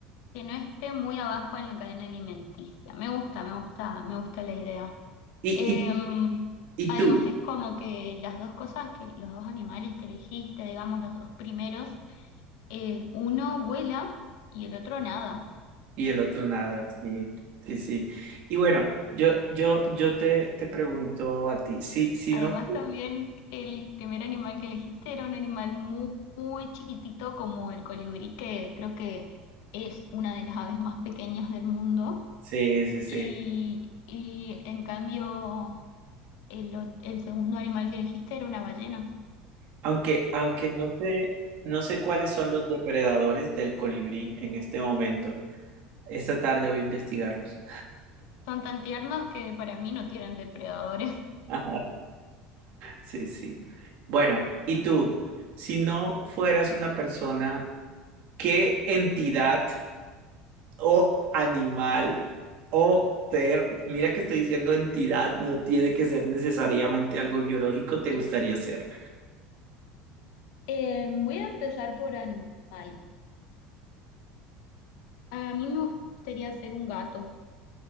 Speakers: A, on the left (about 75°); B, on the right (about 60°).
A: que no esté muy abajo en la cadena alimenticia. Me gusta, me gusta, me gusta la idea.
B: ¿Y,
A: Em,
B: y, y
A: además
B: tú?
A: es como que las dos cosas que los dos animales que elegiste, digamos los dos primeros, eh, uno vuela y el otro nada.
B: Y el otro nada, sí, sí, sí. Y bueno, yo, yo, yo te, te pregunto a ti, si, si
A: Además,
B: no,
A: también el primer animal que elegiste era un animal muy, muy chiquitito como el colibrí, que creo que es una de las aves más pequeñas del mundo.
B: sí, sí, sí.
A: Y, y en cambio, el, ot- el segundo animal que elegiste era una ballena.
B: Aunque, aunque no sé, no sé cuáles son los depredadores del colibrí en este momento. Esta tarde voy a investigarlos.
A: Son tan tiernos que para mí no tienen depredadores.
B: <laughs> Sí, sí. Bueno, ¿y tú? Si no fueras una persona, ¿qué entidad? o animal o ser. Mira que estoy diciendo entidad, no tiene que ser necesariamente algo biológico, te gustaría ser.
A: Eh, voy a empezar por animal. A mí me gustaría ser un gato.